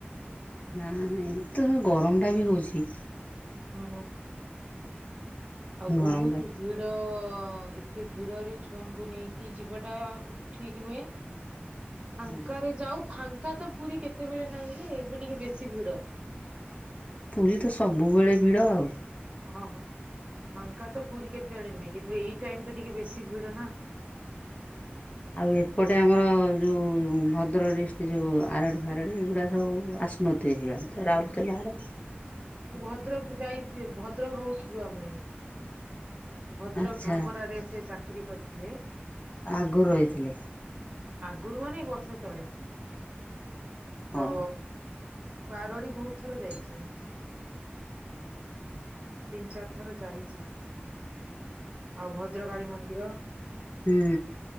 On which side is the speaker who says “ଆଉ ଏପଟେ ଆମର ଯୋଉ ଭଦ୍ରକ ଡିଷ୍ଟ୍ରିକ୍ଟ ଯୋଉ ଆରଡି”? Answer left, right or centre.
Left